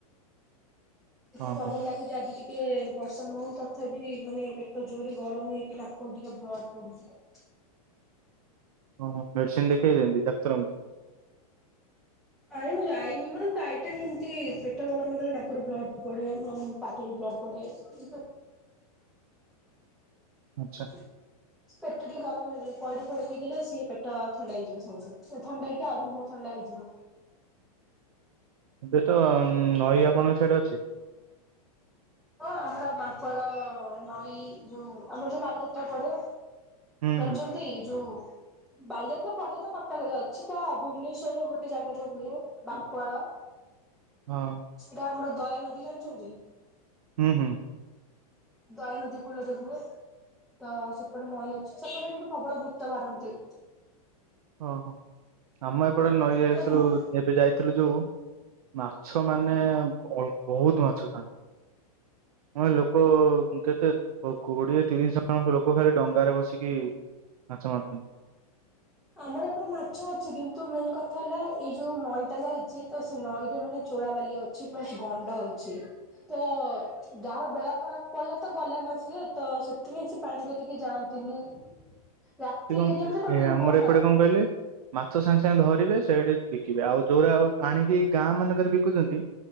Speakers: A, in the centre; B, on the right.
A: ସେଇଥିପାଇଁ
B: ଆଉ ହଁ
A: ଭଗବାନଙ୍କୁ ଡାକ ହୋଉଛି ଆଜି ଟିକେ ବର୍ଷା ନ ହଉ। ତଥାପି ମାନେ ପେଟ ଜୋରରେ ଗରମ ହେଇକି ନାକରୁ ଟିକେ ବ୍ଲଡ଼ ପଡୁଛି।
B: ଓହ ମେଡିସିନ ଦେଖେଇଚନ୍ତି ଡାକ୍ତରଙ୍କୁ?
A: ଆଇ ମୁଁ ଯାଇନି ମୋର ଯାଇଟା ବି ଏମିତି ପେଟ ଗରମ କଲେ ନାକରୁ ବ୍ଲଡ ପଡେ ମ ପାଟିରୁ ବ୍ଲଡ ପଡେ। ଏଇତ
B: ଆଚ୍ଛା
A: <inaudible> ସେ ପେଟ ଟିକେ ଗରମ ହେଇଗଲେ ପଇଡ଼ ଫଇଡ ପିଇ ଦେଲେ ସେ ପେଟ ଥଣ୍ଡା ହେଇଯିବ ସାଙ୍ଗେ ସାଙ୍ଗେ ସେ ଥଣ୍ଡା ହେଇକି ଆଉରି ମୁହଁ ଥଣ୍ଡା ହେଇଯିବ।
B: ଏବେ ତ ନଈ ଆପଣଙ୍କ ସିଆଡ଼େ ଅଛି।
A: ହଁ ଆମର ମାଙ୍କଡ଼ ନଈ ଯୋଉ ଆମର ଯୋଉ ବାଲିଯାତ୍ରା ପଡେ।
B: ହୁଁ
A: ଜାଣିଛନ୍ତି
B: ହୁଁ
A: ଯୋଉ ବାଲିଯାତ୍ରା ପଡିିଆ ତ କଟକରେ ଅଛି। ତ ଭୁବନେଶ୍ୱରର ଗୋଟେ ଜାଗାରେ ହୁଏ ବାଙ୍କୁଆଳ।
B: ହଁ।
A: ସେଇଟା ଆମର ଦୟାନଦୀ ଜାଣିଛନ୍ତି।
B: ହୁଁ ହୁଁ।
A: ଦୟାନଦୀ କୂଳରେ ହୁଏ। ତ ସେପଟେ ନଈ ଅଛି। ସେପଟେ କିନ୍ତୁ ପ୍ରବଳ ଭୂତ ବାହାରନ୍ତି।
B: ଓ ହୋ ଆମ ଏପଟେ ନଈସରୁ
A: ସେପଟେ
B: ଏବେ ଯାଇଥିଲୁ ଯୋଉ ମାଛ ମାନେ ଅଲ୍ ବହୁତ ମାଛଥାନ୍ତି। ହଁ ଲୋକ କେତେ ଓ କୋଡିଏ ତିରିଶ ଜଣ ଲୋକ ଖାଲି ଡଙ୍ଗାରେ ବସିକି ମାଛ ମାରୁଛନ୍ତି।
A: ଆମର ଏପରେ ମାଛ ଅଛି କିନ୍ତୁ ମେନ୍ କଥା ହେଲା ଏଇ ଯୋଉ ନଈଟା ଯାଇଛି ତ ସେ ନଈ ରେ ମାନେ ଚୋରାବାଲି ଅଛି। ଅଛି ପ୍ଲସ ଗଣ୍ଡ ଅଛି ତ ଯାହାର ବେଳା ଖରାପ ପଡ଼ିଲା ତ ଗଲା ନା ସିଏ ତ ସେଥିପାଇଁ ସି ପାଣି କତିକି ଯାଆନ୍ତିନି। ରାତି
B: ଏଠି କଣ
A: ଏରିଆକୁ ତ ଟୋଟାଲି
B: ଏ ଆମର
A: ବନ୍ଦ।
B: ଏପଟେ କହିଲେ ମାଛ ସାଙ୍ଗେ ସାଙ୍ଗେ ଧରିବେ ସେଇଠି ବିକିବେ ଆଉ ଯୋଉଟା ଆ ଆଣିକି ଗାଁ ମାନଙ୍କରେ ବିକୁଛନ୍ତି